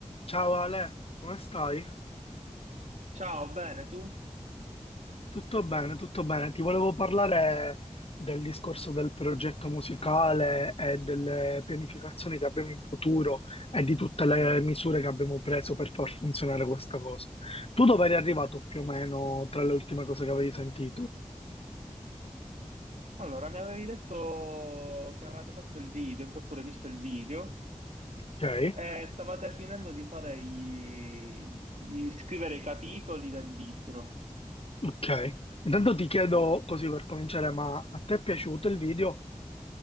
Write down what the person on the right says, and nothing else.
Ciao, bene, tu?
Allora, mi avevi detto che avevate fatto il video e poi pure visto il video
e stavate finendo di fare i... di scrivere i capitoli del libro.